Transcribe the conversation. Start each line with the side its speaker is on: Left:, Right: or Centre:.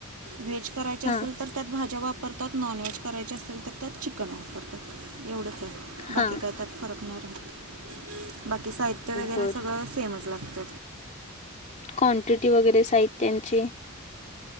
Right: व्हेज करायचे
Left: हा
Right: असेल तर त्यात भाज्या वापर करतात नॉनव्हेज करायचे अस अस तर त्यात चिकन वापरतात. एवढंच आहे. बाकी
Left: हा
Right: काय त्यात फरक नाही राहत. बाकी साहित्य वगैरे
Left: बर
Right: सगळं सेमच लागत.
Left: क्वांटिटी वगैरे साहित्याची